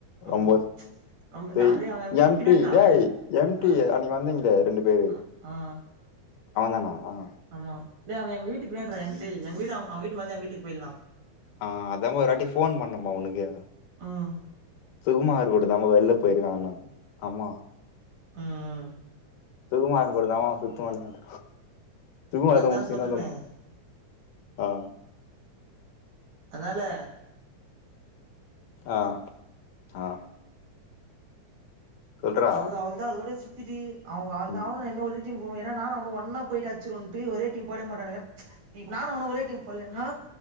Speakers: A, on the right; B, on the left.
A: ஆமா
B: ரொம்ப
A: ரொம்ப
B: பேய்
A: நா டேய் அவ எங்க வீட்டு
B: எம்டி
A: பின்னாடிடா
B: டேய்
A: எங்
B: எம்டி
A: ஆ
B: அன்னிக்கு வந்தீங்ளே ரெண்டு பேரு
A: ஆ ஆ
B: அவ தானா அவ
A: ஆமா இல்ல அவ எங்க வீட்டுக் பின்னாடி ரா எங் டே எங்க வீடு அவ அவ வீட்டு முன்னாடி தா எங்க வீட்டுக்கு போயில்லா
B: ஆ அதா ஒரு வாட்டி ஃபோன் பண்ணம்பா உனக்கு
A: ம்
B: சுகுமாரோட தா பா வெள்ள போய்ருக்கானா ஆமா
A: ம்
B: சுகுமார் கூட தா மா அவ சுத்துவானது சுகுமார்
A: அதா
B: தாவு சீனா
A: சொல்றனே
B: தாவு ஆ
A: அதனால
B: ஆ ஆ சொல்றா.
A: அது அவள்தா அதோட சுத்திட்டு அவுங்க அவள் தா
B: ம்.
A: அவனு என்ன ஒரு டீம் போனு ஏனா நானு அவனு ஒன்னா போயிட்டு அட்ச்சிருவோன்ட்டு ஒரே டீம் போடவே மாட்டானுங்க இப்ப நானு அவனு ஒரே டீம் போல்லனா